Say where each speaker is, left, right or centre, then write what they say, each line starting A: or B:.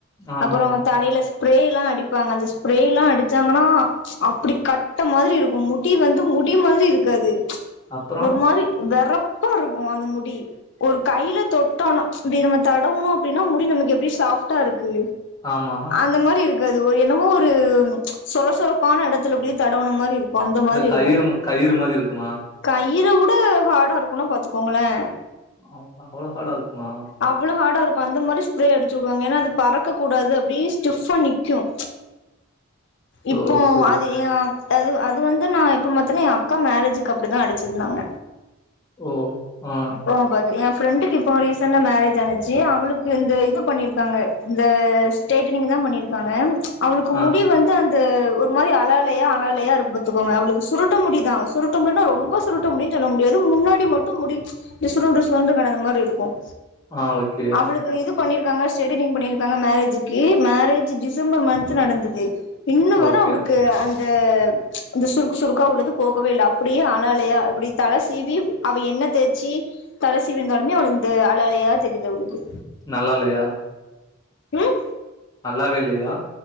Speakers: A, on the left; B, on the left.
A: ஆமா
B: அப்பறோ தலையில ஸ்ப்ரே எல்லா அடிப்பாங்க ஸ்ப்ரேலா அடிச்சாங்கன்னா அப்படி கட்ட மாதிரி இருக்கும் முடி வந்து முடி மாதிரி இருக்காது
A: அப்புறோ
B: ஒரு மாறி வெறப்பா இருக்கும் அந்த முடி ஒரு கையில தொட்டாலா இப்டி நம்ம தடவுணேம் அப்படின்னா முடி நமக்கு எப்படி சாப்டா இருக்கு
A: ஆமா
B: அந்த மாறி இருக்காது ஒரு என்னமோ ஒரு சொரசரப்பான எடத்துல அப்படியே தடவுன மாறி இருக்கு அந்த மாதிரி
A: இந்த
B: இருக்கு
A: கயிறு ம- கயிறு மாரி இருக்குமா
B: கயிற உட ஹாடா இருக்கும்னா பாத்துக்கோங்களே
A: அவ அவ்ளோ ஹாட இருக்குமா
B: அவ்வளோ ஹார்டா இருக்கும் அந்த மாதிரி ஸ்ப்ரே அடிச்சு விடுவாங்க ஏன்னா அது பறக்க கூடாது அப்படியே ஸ்டிப்பா நிக்கும் இப்போ
A: ஓ செரி
B: அது
A: செரி
B: ஆ அது அது வந்து நா எப்ப பாத்தனா என் அக்கா மேரேஜ்க்கு அப்டிதா அடிச்சிருந்தாங்க
A: ஓ ஆ
B: ஓ பாது எ ஃப்ரெண்டுக்கு இப்போ ரீசண்டா மேரேஜ் ஆச்சு அவளுக்கு இந்த இது பண்ணிருக்காங்க இந்த ஸ்டேடனிங் தா பண்ணிருப்பாங்க அவளுக்கு
A: ஆ
B: முடி வந்து அந் து ஒரு மாறி அல அலையா அல அலலையா இருக்கும் பாத்துக்கோங்க அவளுக்கு சுருட்ட முடிதா சுருட்ட முடின ரொம்ப சு சுருட்ட முடியின்னு சொல்ல முடியாது முன்னாடி மட்டும் முடி இந்த சுருண்டு சுருண்டுகிடக்க மாறி இருக்கும்
A: ஆ ஓகே
B: அவளுக்கு இது பண்ணிருக்காங்க ஸ்ரேடினிங் பண்ணிருக்காங்க மேரேஜ்க்கு மேரேஜ் டிசம்பர் மந்த் து நடந்தது இன்னும் வர
A: ஓகே
B: அவளுக்கு அந் து அந்த சுருக்கு சுருக்கா உள்ளது போகவே இல்ல அப்படியே அல அலயா இப்படி தலசீவி அவ எண்ணெ தேச்சி தலசீவி இருந்தாலுமே அவளுக்கு அல அலையாதா தெரியுது அவளுக்கு
A: நல்லா இல்லயா
B: ம்
A: நல்லாவே இல்லையா